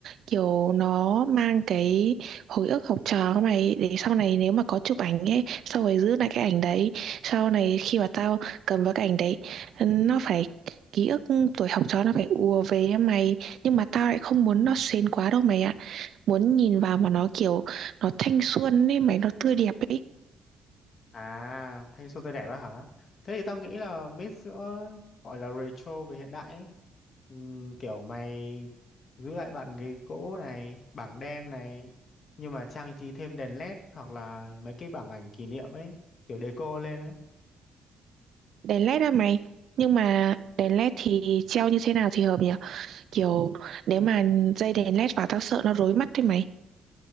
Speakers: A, on the right; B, on the left.
A: kiểu nó mang cái hồi ức học trò của mày để sau này nếu mà có chụp ảnh ấy, sau rồi giữ lại cái ảnh đấy. Sau này khi mà tao cầm vào cái ảnh đấy, nó phải ký ức tuổi học trò nó phải ùa về với mày, nhưng mà tao lại không muốn nó sến quá đâu mày ạ muốn nhìn vào mà nó kiểu nó thanh xuân ấy mày nó tươi đẹp ấy
B: À, thanh xuân tươi đẹp á hả? Thế thì tao nghĩ là mix giữa gọi là retro với hiện đại ấy. Ừm, kiểu mày giữ lại bàn ghế gỗ này, bảng đen này, nhưng mà trang trí thêm đèn LED hoặc là mấy cái bảng ảnh kỷ niệm ấy, kiểu deco lên ấy.
A: đèn led á mày nhưng mà đèn led thì treo như thế nào thì hợp nhỉ kiểu nếu mà dây đèn led vào tao sợ nó rối mắt thế mày